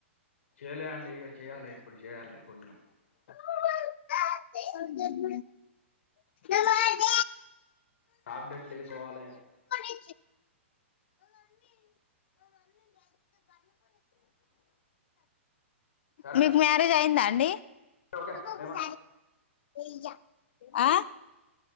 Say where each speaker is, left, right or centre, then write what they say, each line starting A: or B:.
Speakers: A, on the left; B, on the left.
A: చేయలే అండి ఇక చేయాలి ఇప్పుడు చేయాలి భోజనం
B: అవ ద ది దుం దుం
A: టాబ్లెట్లు వేసుకోవాలి
B: <unintelligible>
A: సరే
B: మీర్ జారి ఇది అయిందాండి
A: ఓకే
B: అ ఒక
A: లేవ
B: స ఇత ఆ